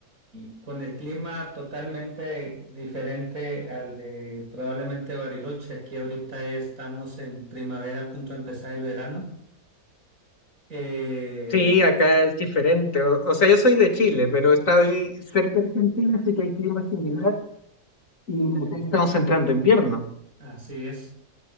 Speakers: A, on the right (about 70°); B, on the left (about 60°).
A: y con el clima totalmente diferente al de probablemente Bariloche. Aquí ahorita estamos en primavera, a punto de empezar el verano. Eh,
B: Sí, acá es diferente. O, o sea, yo soy de Chile, pero estoy cerca de Argentina, así que hay clima similar y acá estamos entrando invierno.
A: Así es.